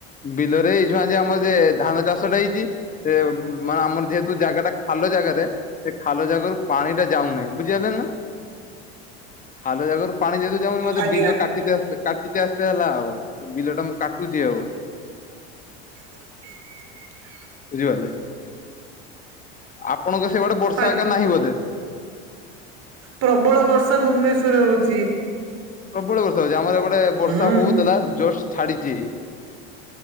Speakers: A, on the left; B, on the right.
A: ବିଲରେ ଏଇଝୁଆ ଯେ ଆମର ଯେ ଧାନ ଚାଷଟା ହେଇଛି। ସେ ମାନେ ଆମର ଯେହେତୁ ଜାଗା ଟା ଖାଲ ଜାଗାରେ ସେ ଖାଲ ଜାଗାରୁ ପାଣି ଟା ଯାଉନାହିଁ ବୁଝିଗଲେ ନା ଖାଲ ଜାଗାରୁ ପାଣି ଯେହେତୁ ଯାଉନି ମତେ
B: ଆଜ୍ଞା
A: ବିଲ କାଟି ଆ କାେ ଆସେ ହେଲା ଆଉ ବିଲ ଟା ମୁଁ କାଟୁଛି ଆଉ।
B: <inaudible>
A: ବୁଝିପାରିଲେ। ଆପଣଙ୍କ ସେଇଆଡେ ବର୍ଷା
B: ଆଜ୍ଞା
A: ଏକା ନାହିଁ ବୋଧେ?
B: ପ୍ରବଳ ବର୍ଷା ଭୁବନେଶ୍ୱର ରେ ହେଉଛି।
A: ପ୍ରବଳ ବର୍ଷା ହଉଛି ଆମର ଗୋଟେ ବର୍ଷା
B: ହୁଁ।
A: ହଉଥିଲା ଜଷ୍ଟ ଛାଡିଛି।